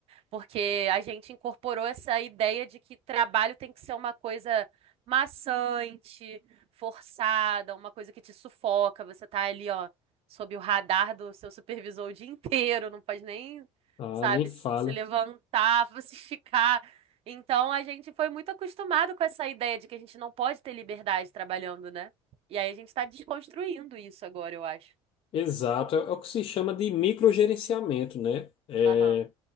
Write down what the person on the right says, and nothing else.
Porque a gente incorporou essa ideia de que trabalho tem que ser uma coisa maçante, forçada, uma coisa que te sufoca. Você tá ali, ó, sob o radar do seu supervisor o dia inteiro, não pode nem,
sabe,
se se levantar, <laughs> se esticar. Então a gente foi muito acostumado com essa ideia de que a gente não pode ter liberdade trabalhando, né? E aí a gente tá desconstruindo isso agora, eu acho.
Aham.